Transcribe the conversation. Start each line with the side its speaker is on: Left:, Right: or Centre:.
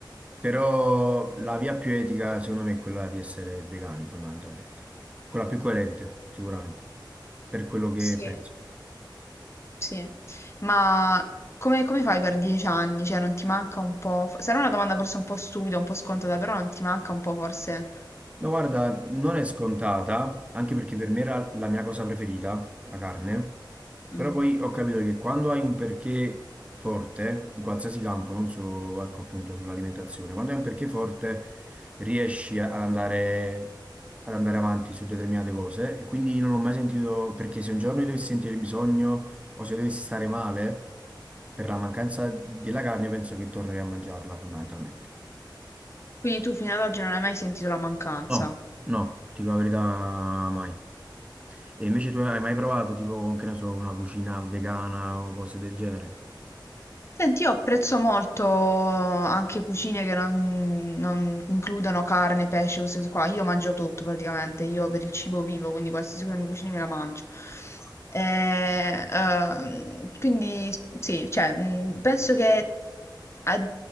Right: però la via più etica secondo me è quella di essere vegani fondamentalmente, quella più coerente sicuramente, per quello che
Left: Sì.
Right: penso.
Left: Sì, ma come, come fai per dieci anni? Cioè, non ti manca un po'? f- Sarà una domanda forse un po' stupida, un po' scontata, però non ti manca un po' forse...
Right: No, guarda, non è scontata, anche perché per me era la mia cosa preferita, la carne,
Left: Mm.
Right: però poi ho capito che quando hai un perché forte, in qualsiasi campo, non solo, ecco, appunto sull'alimentazione, quando hai un perché forte riesci a- ad andare, ad andare avanti su determinate cose e quindi non ho mai sentito, perché se un giorno io dovessi sentire il bisogno o se dovessi stare male, per la mancanza della carne penso che tornerei a mangiarla fondamentalmente.
Left: Quindi tu fino ad oggi non hai mai sentito la mancanza?
Right: No, no, ti dico la verità, mai. E invece tu hai mai provato tipo, che ne so, una cucina vegana o cose del genere?
Left: Senti, io apprezzo molto anche cucine che non, non includono carne, pesce, queste cose qua. Io mangio tutto praticamente, io per il cibo vivo, quindi qualsiasi cosa mi cucini me la mangio. Eh, ehm, quindi sì, cioè, mh, penso che a-